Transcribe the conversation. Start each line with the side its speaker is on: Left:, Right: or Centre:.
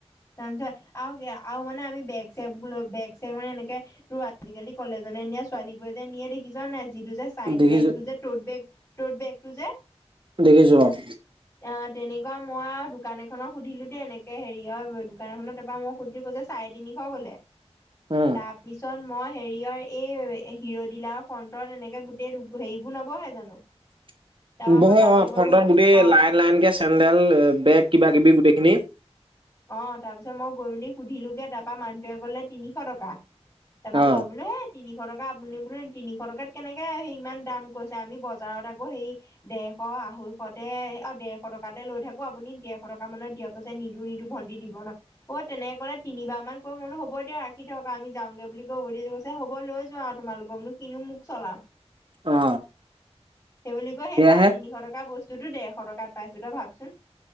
Left: তাৰপিছত আৰু-আৰু মানে আমি বেগ-চেগবোৰ ল‌ওঁ। বেগ-চেগ মানে এনেকে <unintelligible> তোৰ আজিকালি কলেজলৈ নিয়া ছোৱালীবোৰে <inaudible> যে নিয়ে দেখিছো নে যিটো যে চাইট
Right: দেখিছো
Left: বেগটো যে তোত বেগ, তোত বেগটো যে <inaudible>
Right: দেখিছোঁ অঁ। <inaudible>
Left: অঁ তেনেকুৱা মই আৰু দোকান এখনক সুধিলো দেই এনেকে হেৰি আৰু <inaudible> দোকান এখনৰ তাৰপৰা মই সুধিলো কৈ যে চাৰে তিনিশ ক'লে।
Right: অ
Left: তাৰ <inaudible> পিছত মই হেৰিয়ৰ এই হিৰডিলা ফ্ৰণ্টত এনেকে গোটেই হেৰিবোৰ নবহে জানো? <inaudible>
Right: <inaudible>
Left: তাৰপা
Right: বহে
Left: মই তালৈ
Right: অঁ।
Left: গ'লো
Right: ফ্ৰণ্টত গোটেই
Left: অ
Right: লাইন-লাইনকে চেণ্ডেল, বেগ কিবাকিবি গোটেইখিনি <unintelligible>
Left: অঁ! তাৰপিছত মই সুধিলো গে তাৰ পৰা মানুহটোৱে ক'লে তিনিশ টকা। <inaudible> তাৰ
Right: অ
Left: মই বোলো সেইত <inaudible> তিনিশ টকা আপুনি বোলে তিনিশ টকাত কেনেকৈ সেই ইমান দাম কৈছে। আমি বজাৰত আকৌ হেৰি <unintelligible> ডেৰশ, আঢ়ৈশতে অ দেৰশ টকাতে লৈ থাকো। আপুনি ডেৰশ টকা মানত দিয়ক গৈছে নিদো-নিদ <inaudible> টো ভন্টি দিব না <inaudible> অ! তেনেকে কলে তিনিবাৰ মান কৈ বোলো হ'ব দিয়া ৰাখি থক আউ আমি যাওঁগে বুলি কৈ <inaudible> দে হ'ব লৈ যোৱা আৰু তোমালোকনো‌ <unintelligible> কিনো মুখ চলাম।
Right: অ
Left: সেই বুলি কয় সেই
Right: সেয়াহে
Left: চাৰে তিনিশ টকা বস্তু <unintelligible> ততো ডেৰশ টকাত পাইছো তই ভাব চোন। <unintelligible>